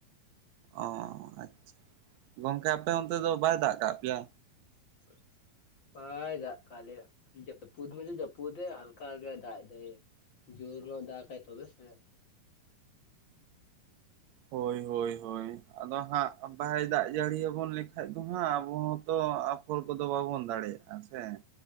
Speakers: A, on the right; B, on the left.
A: ᱚᱸᱻ ᱟᱪᱷ ᱜᱚᱝᱠᱮ ᱟᱯᱮ ᱚᱱᱛᱮ ᱫᱚ ᱵᱟᱭ ᱫᱟᱜ ᱠᱟᱜ ᱯᱮᱭᱟ?
B: <inaudible> ᱵᱟᱭ ᱫᱟᱜᱠᱟ ᱞᱮᱭᱟ ᱡᱟᱹᱯᱩᱛ ᱢᱚᱪᱚ ᱡᱟᱹᱯᱩᱛᱮᱼᱟ ᱦᱟᱞᱠᱟ ᱜᱮ ᱫᱟᱜ ᱮᱫᱟᱭ᱾ ᱡᱳᱨ ᱧᱚᱜ ᱫᱟᱜᱼᱟᱭ ᱛᱚᱵᱮ ᱥᱮ᱾
A: ᱦᱳᱭ, ᱦᱳᱭ, ᱦᱳᱭ, ᱟᱫᱚ ᱦᱟᱸᱜ ᱵᱟᱭ ᱫᱟᱜ ᱡᱟᱹᱲᱤ ᱟᱵᱚᱱ ᱞᱮᱠᱷᱟᱡ ᱫᱚ ᱦᱟᱸᱜ ᱟᱵᱚ ᱦᱚᱸ ᱛᱚ ᱟ ᱯᱷᱚᱨ ᱠᱚᱫᱚ ᱵᱟᱵᱚᱱ ᱫᱟᱲᱮᱭᱟᱜᱼᱟ ᱥᱮ᱾